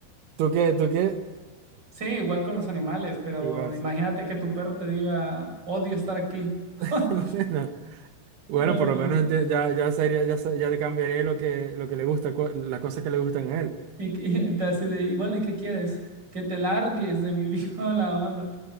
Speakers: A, on the right; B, on the right.
A: ¿Tú qué? ¿Tú qué?
B: Sí, igual con los animales, pero
A: Igual,
B: imagínate
A: sí.
B: que tu perro te diga, odio estar aquí. <laughs>
A: <laughs> Bueno, bueno,
B: Bueno,
A: por
B: pues,
A: lo menos enti- ya, ya sería, ya, sa- ya le cambiaré lo que, lo que le gusta, co- las cosas que le gustan a él.
B: Y, que- y él te así de, "Y bueno, ¿y qué quieres? Que te largues de mi vida, <laughs> la onda.